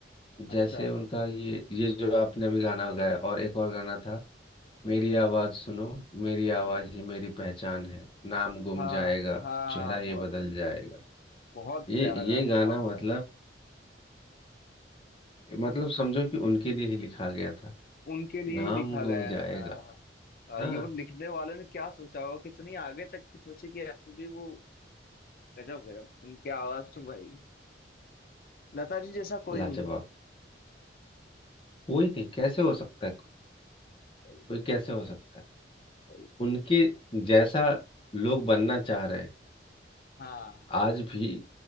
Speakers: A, on the left; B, on the left.
A: अच्छा
B: जैसे उनका ये ये जो आपने अभी गाना गाया और एक और गाना था मेरी आवाज सुनो मेरी आवाज ही मेरी पहचान है नाम गुम
A: हाँ
B: जाएगा
A: हाँ
B: चेहरा
A: बहुत
B: ये बदल
A: बहुत
B: जाएगा
A: बहुत
B: ये
A: प्यारा गाना
B: ये
A: बहुत
B: गाना
A: प्यारा
B: मतलब मतलब समझो कि उनके लिए ही लिखा गया था
A: उनके लिए
B: नाम
A: ही लिखा
B: गुम
A: गया
B: जाएगा
A: था आ,
B: हाँ
A: ये वो लिखने वाले ने क्या सोचा होगा कितनी आगे तक की सोची कि यार भी वो गजब गजब उनकी आवाज तो भाई लता जी जैसा कोई
B: लाजवाब
A: नहीं हुआ
B: कोई नहीं कैसे हो सकता है कोई
A: सही
B: कोई कैसे हो सकता है
A: सही
B: उनके जैसा लोग बनना चाह रहे हैं
A: हाँ
B: आज भी